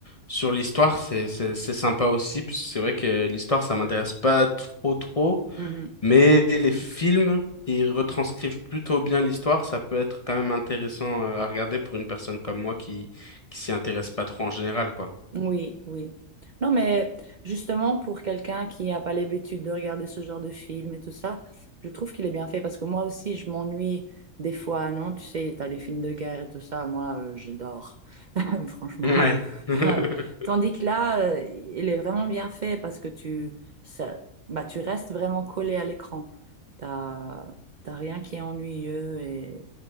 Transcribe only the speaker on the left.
sur l'histoire, c'est c'est c'est sympa aussi, parce que c'est vrai que l'histoire, ça m'intéresse pas trop trop,
mais les films qui retranscrivent plutôt bien l'histoire, ça peut être quand même intéressant euh, à regarder pour une personne comme moi qui qui s'y intéresse pas trop en général, quoi.
Ouais. <laughs>